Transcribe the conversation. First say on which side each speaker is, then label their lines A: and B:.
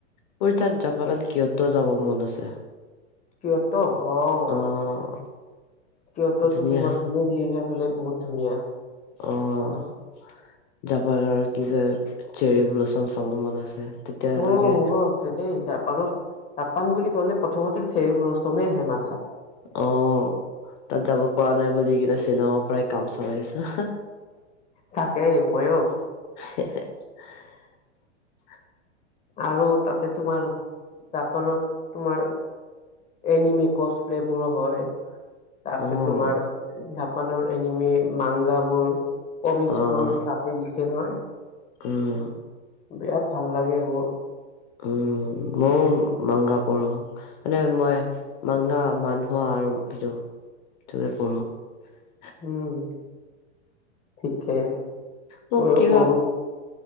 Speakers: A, on the left; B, on the left.
A: মোৰ তাত জাপানত কিয়তৌ যাব মন আছে।
B: কিয়তৌ? অহ।
A: অ',
B: কিয়তৌটো
A: ধুনীয়া
B: তোমাৰ ভিলেজ এৰিয়া ফালে বহুত ধুনীয়া।
A: অ'। জাপানৰ কি কয় চেৰী ব্লুচম চাব মন আছে। তেতিয়া
B: অ',
A: লাগে
B: মোৰো আছে দেই জাপানত। জাপান বুলি ক'লে প্ৰথমতেে চেৰী ব্লুচমে আহে মা
A: অ', তাত যাব পৰা নাই বুলি কেনে শ্বিলঙৰ পৰাই কাম চলাই আছোঁ।
B: তাকেই মইও।
A: <inaudible>
B: আৰু তাতে তোমাৰ জাপানত তোমাৰ এনিমি কচ প্লে'বোৰো হয়। তাৰপিছত
A: অ',
B: তোমাৰ জাপানৰ এনিমে মাংগাবোৰ। কমিক্সবোৰ
A: অ',
B: তাতে লিখে নহয়।
A: উম।
B: বিৰাট ভাল লাগে মোৰ।
A: উম, মইও মাংগা পঢ়ো। মানে মই মাংগা মানুহা আৰু ভিটো ভিটোৱে পঢ়োঁ। আ
B: উম। ঠিকে
A: মোক
B: ময়ো
A: কিবা
B: পঢ়ো।